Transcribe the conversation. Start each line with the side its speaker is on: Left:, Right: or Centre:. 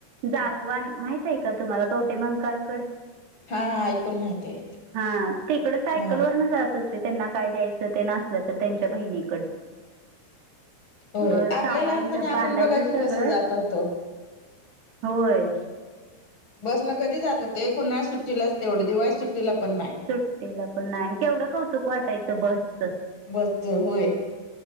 Right: जागवान
Left: हा
Right: माह ती का तुम्हाला कवटे मंग काळकड
Left: हा ऐकून माहितीय
Right: हा तिकड सायकल
Left: हा
Right: वरन जात होत ते त्यांना काय द्यायचं ते नसलं तर त्यांच्या बहिणीकड
Left: होय
Right: मग
Left: आपल्या
Right: सामान
Left: लहानपणी आपण
Right: बांधायचं
Left: बघा की
Right: सगळं
Left: कसं जात होतो.
Right: होय
Left: बसन कधी जात होते कोणा सुट्टीला असते एवढं दिवाळीस सुट्टीला पण नाही
Right: सुट्टीला पण नाही आणि केवढं कौतुक वाटायचं बसच
Left: बसच होय